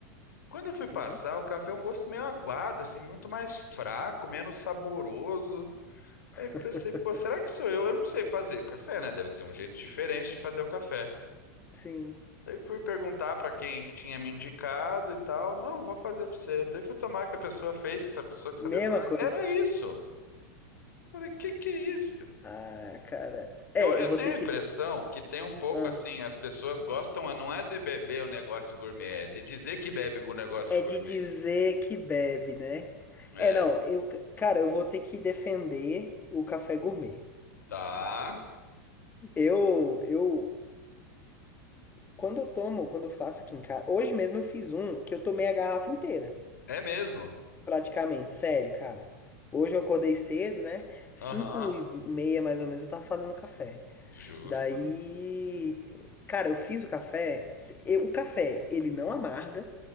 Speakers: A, on the left; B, on the left.
A: Quando eu fui
B: sim,
A: passar, o café é um gosto meio aguado, assim, muito mais fraco, menos saboroso. Aí pensei,
B: <laughs>
A: pô, será que sou eu? Eu não sei fazer café, né? Deve ter um jeito diferente de fazer o café.
B: sim.
A: Aí fui perguntar pra quem que tinha me indicado e tal. Não, vou fazer pra você. Daí fui tomar que a pessoa fez, que essa pessoa que
B: Mesma
A: sabia fazer.
B: coisa.
A: Era isso. Eu Falei, que que é isso, cara?
B: Ah, cara. É,
A: Eu, eu
B: eu vou
A: tenho
B: ter
A: a impressão
B: que.
A: que tem um pouco
B: Ah,
A: assim, as pessoas gostam, não é de beber o negócio gourmet, é de dizer que bebe o negócio
B: é
A: gourmet.
B: de dizer que bebe, né?
A: É,
B: É, não, eu, cara, eu vou ter que defender o café gourmet.
A: tá.
B: Eu, eu, Quando eu tomo, quando eu faço aqui em casa. Hoje mesmo eu fiz um que eu tomei a garrafa inteira.
A: É mesmo.
B: Praticamente, sério, cara. Hoje eu acordei cedo, né? Cinco
A: Aham,
B: e meia mais ou menos eu tava fazendo café.
A: justo.
B: Daí. Cara, eu fiz o café. se- eu- O café, ele não amarga.